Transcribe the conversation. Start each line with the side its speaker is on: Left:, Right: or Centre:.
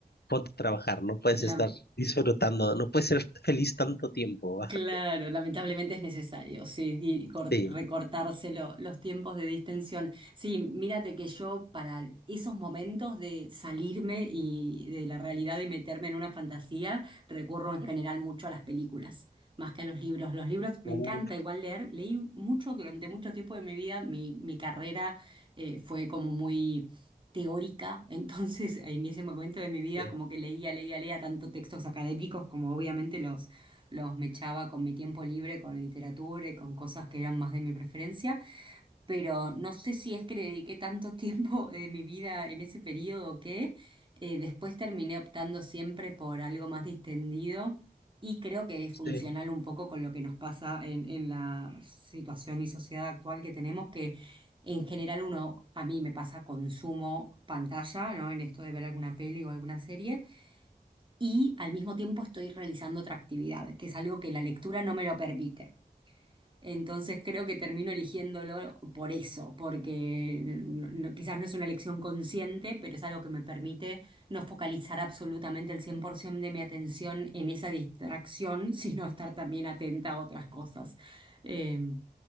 Left: ponte a trabajar, no puedes
Right: La-
Left: estar disfrutando, no puedes ser feliz tanto tiempo, <laughs> bájate.
Right: Claro, lamentablemente es necesario, sí, y cor-
Left: Sí,
Right: recortarse lo- los tiempos de distensión. Sí, mírate que yo para esos momentos de salirme y de la realidad y meterme en una fantasía, recurro en general mucho a las películas, más que a los libros. Los libros me
Left: uf,
Right: encanta igual leer, leí mucho durante mucho tiempo de mi vida, mi, mi carrera eh, fue como muy... teórica, <laughs> entonces en ese momento de mi vida
Left: sí,
Right: como que leía, leía, leía tanto textos académicos como obviamente los los mechaba con mi tiempo libre, con literatura y con cosas que eran más de mi preferencia, pero no sé si es que le dediqué tanto tiempo <laughs> de mi vida en ese periodo que eh, después terminé optando siempre por algo más distendido y creo que es
Left: sí.
Right: funcional un poco con lo que nos pasa en, en la situación y sociedad actual que tenemos, que en general uno, a mí me pasa consumo pantalla, ¿no? En esto de ver alguna peli o alguna serie y al mismo tiempo estoy realizando otra actividad, que es algo que la lectura no me lo permite. Entonces creo que termino eligiéndolo por eso, porque no- no- quizás no es una elección consciente, pero es algo que me permite no focalizar absolutamente el 100% de mi atención en esa distracción, <laughs> sino estar también atenta a otras cosas. Em,